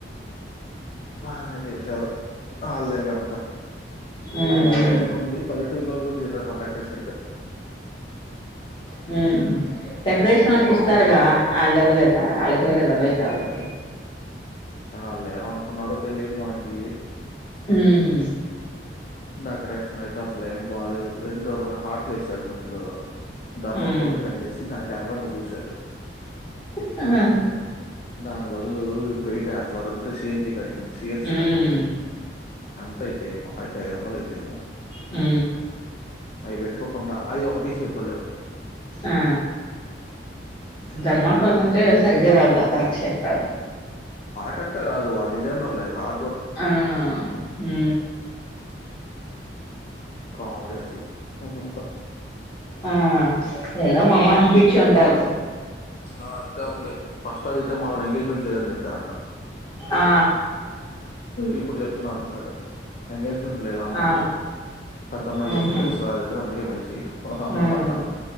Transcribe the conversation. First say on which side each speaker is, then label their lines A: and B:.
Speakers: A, on the left (about 45°); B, on the left (about 25°).
A: బాగా చేసారు హల్లేగ అంత
B: ఉమ్
A: ఆ డెకరేషన్ ఉంది పల్లెటూళ్లలు కూడా డెకరేషన్ అయితే
B: హు డెకరేషన్
A: అంత
B: వాళ్ళకి
A: కామెడీగా
B: ఇస్తారుగా
A: ఉంది.
B: వాళ్ళు ఇవ్వలేదా వాళ్ళకి ఇవ్వలేదా బయట వ
A: అ లే అనుకున్నారో తెలిదు మనకి
B: ఊహు
A: డెకరేషన్ అయితే అసలు ఏం బాలలేదు ఎంతోరెండు హాట్లు వేసాడు మధ్యలో ధర్మకోల్
B: ఉమ్
A: తో కట్ చేసి దానికి కర రంగు పూశారు
B: ఆ
A: హ్మ్. దాని బదులు బయట అట్లా దొరికితే CNG cutting CN C
B: ఉమ్
A: cutting ఎంతయితే ఐదుఅందాలు అయితేమో
B: హు
A: అవి పెట్టుకోకుండా అవి ఒకటి షేప్ లో లేవు
B: ఆ ధర్మాకాల్
A: ఏం చెప్పమంటావు?
B: అంటే సరిగ్గా రాదుగా కరక్షేప రాదు
A: కంటే రాదు వాళ్ళ డిజైనర్లే అలా
B: ఆహ హు
A: కమడి అసలు అసంత
B: ఆ ఏదో మామ్మ అనిపించి ఉంటారు
A: ఆ అంతే ఉంది ఫస్ట్ ఆడితే మళ ఎంగేజ్మెంట్ లేదని చెప్పారంట
B: ఆ
A: ఇప్పుడు చెప్తున్నారు ఇందక ఎక లేదా అన్నారు
B: ఆ
A: పెద్ద అమ్మాయి
B: ఉహు
A: చేసాం కలిసి రాలేదు అందుకే మ చెయ అన్నారు
B: హ్మ్